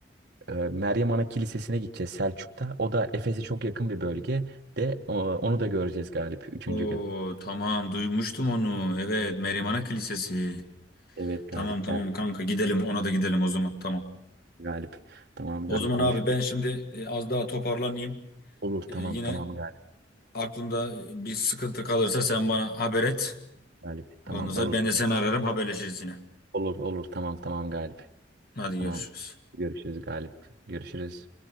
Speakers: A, on the right; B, on the left.
A: e, Meryem Ana Kilisesi'ne gideceğiz Selçuk'ta. O da Efes'e çok yakın bir bölge de o- onu da göreceğiz Galip üçüncü
B: Oo
A: gün.
B: tamam duymuştum onu. Evet Merimana Kilisesi.
A: Evet Galip
B: Tamam tamam
A: gel
B: kanka gidelim ona da gidelim o zaman tamam.
A: Galip. Tamam
B: O
A: Galip
B: zaman
A: konuşuruz.
B: abi ben şimdi e, az daha toparlanayım.
A: Olur
B: Ee,
A: tamam
B: yine
A: tamam Galip.
B: aklımda bir sıkıntı kalırsa sen bana haber et.
A: Galip tamam
B: Ondan sonra
A: olur.
B: ben de seni ararım haberleşiriz yine.
A: Olur olur tamam tamam Galip.
B: Hadi
A: Tamam
B: görüşürüz.
A: görüşürüz Galip. Görüşürüz.